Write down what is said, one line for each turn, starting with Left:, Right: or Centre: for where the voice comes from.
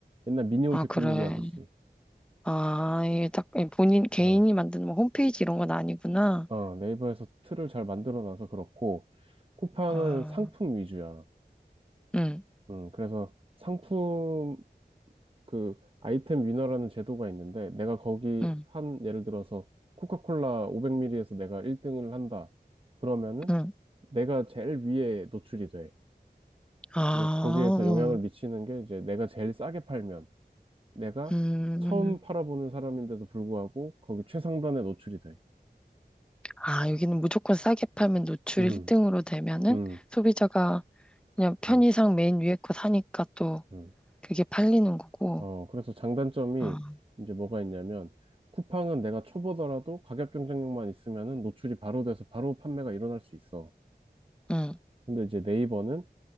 Right: 옛날 미니홈피
Centre: 아, 그래.
Right: 꾸미기 하듯이.
Centre: 아, 이게 딱 예, 본인 개인이
Right: 어.
Centre: 만든 뭐 홈페이지 이런 건 아니구나.
Right: 어, 네이버에서 틀을 잘 만들어 놔서 그렇고, 쿠팡은
Centre: 아,
Right: 상품 위주야.
Centre: 응,
Right: 응. 그래서 상품, 그 아이템 위너라는 제도가 있는데 내가 거기
Centre: 응,
Right: 한 예를 들어서 코카콜라 500ml에서 내가 1등을 한다. 그러면은
Centre: 응.
Right: 내가 제일 위에 노출이 돼.
Centre: 아,
Right: 근데 거기에서
Centre: 음,
Right: 영향을 미치는 게 이제 내가 제일 싸게 팔면 내가
Centre: 음.
Right: 처음 팔아보는 사람인데도 불구하고 거기 최상단에 노출이 돼.
Centre: 아, 여기는 무조건 싸게 팔면 노출
Right: 음,
Centre: 1등으로 되면은
Right: 음,
Centre: 소비자가 그냥 편의상
Right: 음,
Centre: 맨 위에 거 사니까 또
Right: 음.
Centre: 그게 팔리는 거고.
Right: 어, 그래서 장단점이
Centre: 아,
Right: 이제 뭐가 있냐면 쿠팡은 내가 초보더라도 가격 경쟁력만 있으면은 노출이 바로 돼서 바로 판매가 일어날 수 있어.
Centre: 응,
Right: 근데 이제 네이버는